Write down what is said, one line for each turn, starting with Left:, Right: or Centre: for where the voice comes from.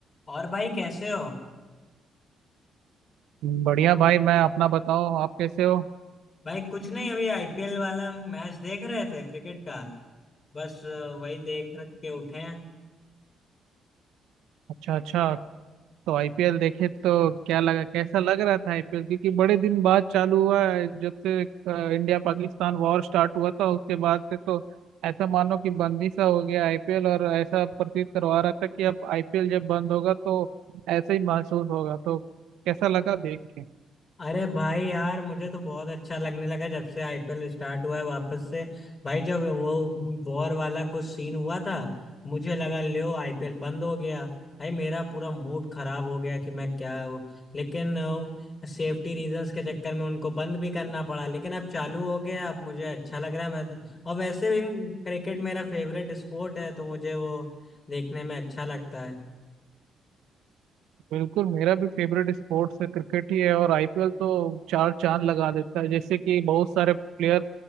Left: और भाई कैसे हो
Right: बढ़िया भाई मैं अपना बताओ आप कैसे हो
Left: भाई कुछ नहीं अभी आईपीएल वाला मैच देख रहे थे क्रिकेट का बस अ, वही देख रख के उठे हैं
Right: अच्छा अच्छा तो आईपीएल देखे तो क्या लगा कैसा लग रहा था आईपीएल क्योंकि बड़े दिन बाद चालू हुआ है जब से इंडिया पाकिस्तान वॉर स्टार्ट हुआ था उसके बाद से तो ऐसा मानो कि बंद ही सा हो गया आईपीएल और ऐसा प्रतीत करवा रहा था कि अब आईपीएल जब बंद होगा तो ऐसा ही महसूस होगा तो कैसा लगा देख के
Left: अरे भाई यार मुझे तो बहुत अच्छा लगने लगा जब से आईपीएल स्टार्ट हुआ है वापस से भाई जब वो वॉर वाला कुछ सीन हुआ था मुझे लगा लो आईपीएल बंद हो गया भाई मेरा पूरा मूड खराब हो गया कि मैं क्या हूँ लेकिन सेफ्टी रीजंस के चक्कर में उनको बंद भी करना पड़ा लेकिन अब चालू हो गया अब मुझे अच्छा लग रहा है मैं तो, और वैसे भी क्रिकेट मेरा फेवरेट स्पोर्ट है तो मुझे वो देखने में अच्छा लगता है
Right: बिल्कुल मेरा भी फेवरेट स्पोर्ट्स है क्रिकेट ही है और आईपीएल तो चार चांद लगा देता है जैसे कि बहुत सारे प्लेयर